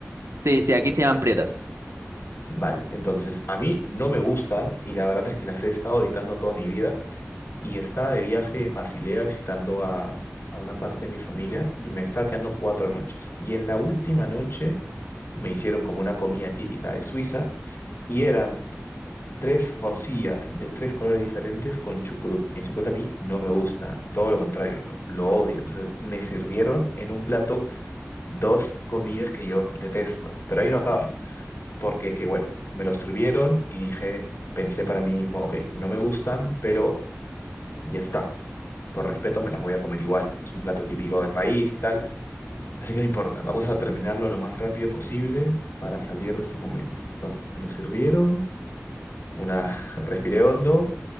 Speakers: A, on the right (about 80°); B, on the left (about 55°).
A: Sí, sí, aquí se llaman pretas.
B: Vale, entonces a mí no me gustan y la verdad es que las he estado evitando toda mi vida y estaba de viaje en Basilea visitando a, a una parte de mi familia y me estaba quedando cuatro noches. Y en la última noche me hicieron como una comida típica de Suiza y eran tres morcillas de tres colores diferentes con chucrut. Y el chucrut a mí no me gusta, todo lo contrario, lo, lo odio. Entonces me sirvieron en un plato dos comidas que yo detesto, pero ahí no acaba, porque es que, bueno, me lo sirvieron y dije, pensé para mí mismo, ok, no me gustan, pero ya está. Por respeto me las voy a comer igual. Es un plato típico del país y tal. Así que no importa. Vamos a terminarlo lo más rápido posible para salir de este momento. Entonces me lo sirvieron. Una <laughs> respiré hondo,